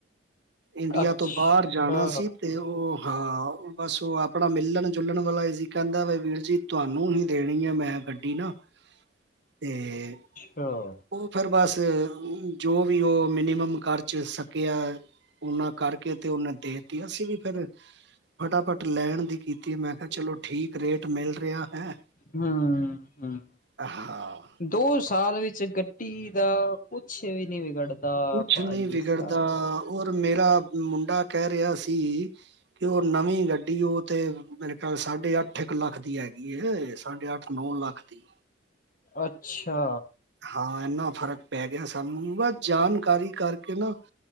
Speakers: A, on the right; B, on the left.
A: ਇੰਡੀਆ
B: ਅੱਛਾ
A: ਤੋਂ ਬਾਹਰ ਜਾਣਾ ਸੀ, ਤੇ ਉਹ ਹਾਂ ਬਸ ਉਹ ਆਪਣਾ ਮਿਲਣ ਜੁਲਣ ਵਾਲਾ ਈ ਸੀ ਕਹਿੰਦਾ ਵੀ ਵੀਰ ਜੀ ਤੁਹਾਨੂੰ ਹੀ ਦੇਣੀ ਹੈ ਮੈਂ, ਗੱਡੀ ਨਾ ਤੇ,
B: ਹਾਂ,
A: ਉਹ ਫਿਰ ਬਸ ਜੋ ਵੀ ਉਹ ਮਿਨੀਮਮ ਕਰਚ ਸਕੇ ਆ। ਉਹਨਾਂ ਕਰਕੇ ਤੇ ਉਹਨੇ ਦੇਤੀ, ਅਸੀਂ ਵੀ ਫੇਰ ਫਟਾਫਟ ਲੈਣ ਦੀ ਕੀਤੀ। ਮੈਂ ਕਿਹਾ ਚਲੋ ਠੀਕ ਰੇਟ ਮਿਲ ਰਿਹਾ ਹੈ
B: ਹੂੰ ਹੂੰ
A: ਹਾਂ,
B: ਦੋ ਸਾਲ ਵਿੱਚ ਗੱਡੀ ਦਾ ਕੁਛ ਵੀ ਨਹੀਂ ਵਿਗੜਦਾ
A: ਕੁਛ
B: <unintelligible>
A: ਨਹੀਂ ਵਿਗੜਦਾ ਔਰ ਮੇਰਾ ਮੁੰਡਾ ਕਹਿ ਰਿਹਾ ਸੀ ਕਿ ਉਹ ਨਵੀਂ ਗੱਡੀ ਉਹ ਤੇ ਮੇਰੇਕਲ ਸਾਢੇ ਅੱਠ ਇੱਕ ਲੱਖ ਦੀ ਹੈਗੀ ਸਾਢੇ ਅੱਠ ਨੌ ਲੱਖ ਦੀ
B: ਅੱਛਾ
A: ਹਾਂ ਇਨਾ ਫ਼ਰਕ ਪੈ ਗਿਆ ਸਾਨੂੰ ਬਸ ਜਾਣਕਾਰੀ ਕਰਕੇ ਨਾ